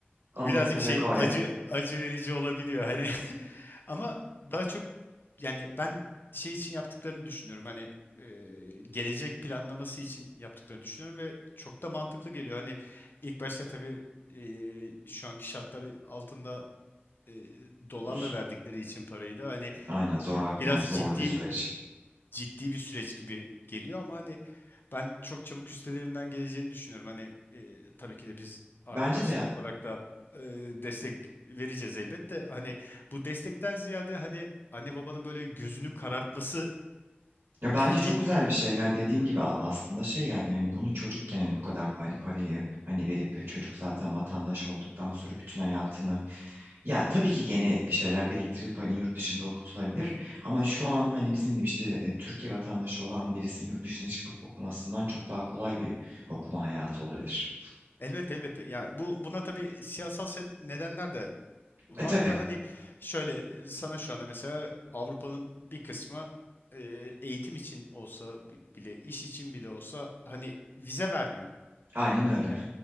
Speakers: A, on the right; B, on the left.
A: Amerika
B: birazcık şey
A: ve Konya.
B: acı acı verici olabiliyor hani <laughs> ama daha çok yani ben şey için yaptıklarını düşünüyorum hani e, gelecek planlaması için yaptıklarını düşünüyorum ve çok da mantıklı geliyor hani ilk başta tabii e, şu anki şartları altında e, dolarla
A: Z-
B: verdikleri için parayı da hani
A: Aynen zor
B: biraz
A: yani zorlu
B: ciddi
A: bir süreç.
B: ciddi bir süreç gibi geliyor ama hani ben çok çabuk üstelerinden geleceğini düşünüyorum. Hani e, tabii ki de biz arkadaşlar
A: Bence de ya
B: olarak da e, destek vereceğiz elbette. Hani bu destekten ziyade hani anne babanın böyle gözünü karartması
A: ya bence
B: gibi
A: çok
B: bir
A: güzel bir şey. Yani dediğim gibi a- aslında şey yani hani bunu çocukken hani bu kadar hani parayı hani verip e, çocuk zaten vatandaş olduktan sonra bütün hayatını ya tabii ki gene bir şeyler biriktirip hani yurt dışında okutulabilir
B: Hı hı.
A: ama şu an hani bizim gibi işte e, Türkiye vatandaşı olan birisinin yurt dışına çıkıp okumasından çok daha kolay bir okuma hayatı olabilir.
B: Elbette elbette. Ya bu buna tabii siyasal seb- nedenler de var
A: E tabii
B: da hani şöyle sana şu anda mesela Avrupa'nın bir kısmı e, eğitim için olsa bi- bile iş için bile olsa hani vize vermiyor.
A: aynen öyle.
B: Ya,